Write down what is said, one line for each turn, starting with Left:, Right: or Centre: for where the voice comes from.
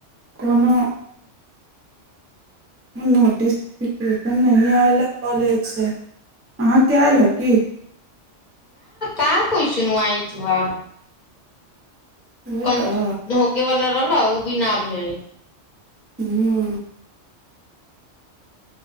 Right: कोनो नोटिसफिकेशन नहि आयल हँ, कॉलेजसँ, अहाँके आयल हे की?
Left: आ कइ आठआ <unintelligible>
Right: उहे
Left: क
Right: तऽ
Left: धोके वला। ओ भी न भेल।
Right: ह्म।